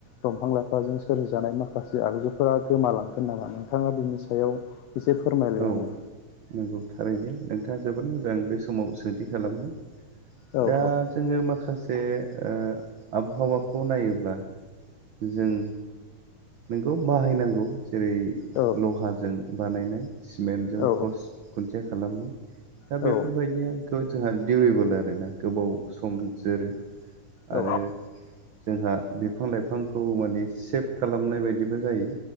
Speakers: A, on the left; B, on the right.
A: दंफां लाइफां। लांगोन नामा नोंथाङा बिनि सायाव। एसे फोरमायलाय
B: औ
A: आंनो
B: नंगौ थारैनो नोंथाङा जोबोद मोजां बे समाव सोंथि खालामदों।
A: औ
B: दा जोङो माखासे। बे ओ आबहावाखौ नायोब्ला जों। नोंखौ बाहायनांगौ जेरै
A: औ
B: लहाजों बानायनाय। सिमेन्टजों
A: औ
B: पस्ट खुन्थिया खालामो दा
A: औ
B: बेफोरबायदिया। जोंहा दिउरिबोल आरो ना। गोबाव सम जोरो
A: औ
B: आरो जोंहा बि। बिफां लाइफांखौ माने सेभ खालामनाय बायदिबो जायो।